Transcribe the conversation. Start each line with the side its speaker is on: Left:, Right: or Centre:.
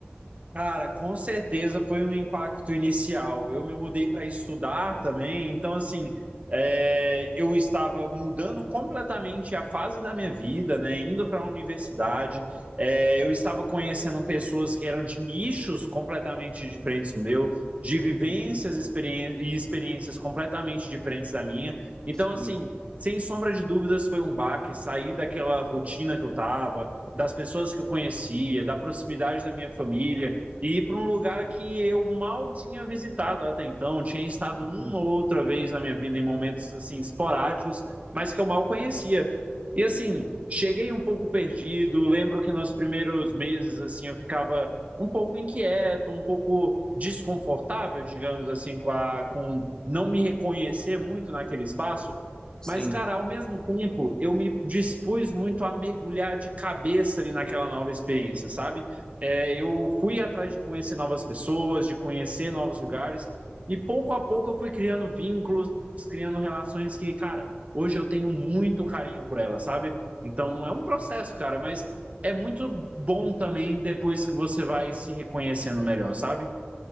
Right: Cara, com certeza foi um impacto inicial. Eu me mudei para estudar também, então, assim, é, eu estava mudando completamente a fase da minha vida, né? Indo para a universidade, É, eu estava conhecendo pessoas que eram de nichos completamente diferentes do meu, de vivências
Left: Uhum,
Right: experien- e experiências completamente diferentes da minha. Então,
Left: sim,
Right: assim, sem sombra de dúvidas, foi um baque sair daquela rotina que eu estava, das pessoas que eu conhecia, da proximidade da minha família e ir para um lugar que eu mal tinha visitado até então. Tinha estado
Left: uhum,
Right: uma ou outra vez na minha vida em momentos assim esporádicos, mas que eu mal conhecia. E assim, cheguei um pouco perdido. Lembro que nos primeiros meses assim eu ficava um pouco inquieto, um pouco desconfortável, digamos assim, com, a, com não me reconhecer muito naquele espaço.
Left: sim,
Right: Mas, cara, ao mesmo tempo, eu me dispus muito a mergulhar de cabeça ali naquela nova experiência, sabe? É, eu fui atrás de conhecer novas pessoas, de conhecer novos lugares, e pouco a pouco eu fui criando vínculos, criando relações que, cara, hoje eu tenho muito carinho por elas, sabe? Então é um processo, cara, mas é muito bom também depois que você vai se reconhecendo melhor, sabe?